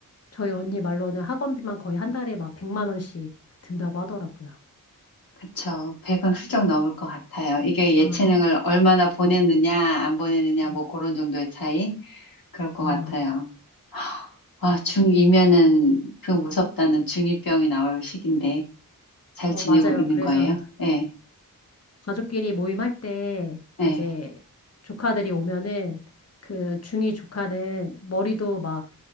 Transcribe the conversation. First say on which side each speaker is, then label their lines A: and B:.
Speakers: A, on the left; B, on the left.
A: 저희 언니 말로는 학원비만 거의 한 달에 막 100만 원씩 든다고 하더라고요.
B: 그쵸. 100은 훌쩍 넘을 것 같아요. 이게 예체능을
A: 어,
B: 얼마나 보냈느냐, 안 보냈느냐, 뭐
A: 어,
B: 그런 정도의 차이? 그럴
A: 아,
B: 것 같아요.
A: 맞아요.
B: 아,
A: 맞아요.
B: 중2면은 그 무섭다는 중2병이 나올 시기인데 잘
A: 어,
B: 지내고
A: 맞아요.
B: 있는
A: 그래서
B: 거예요? 네,
A: 가족끼리 모임할 때
B: 네,
A: 이제 조카들이 오면은 그 중이 조카는 머리도 막